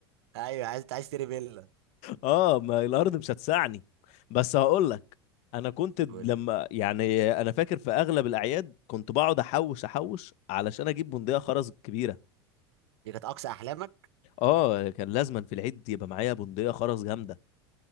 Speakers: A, on the right; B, on the left.
A: ايوه عايز عايز تشتري فيلا
B: اه ما الارض مش هتسعني بس هقول لك انا كنت لما
A: قول لي
B: يعني انا فاكر في اغلب الاعياد كنت بقعد احوش احوش علشان اجيب بندقيه خرز كبيره
A: دي كانت اقصى احلامك
B: اه كان لازما في العيد يبقى معايا بندقيه خرز جامده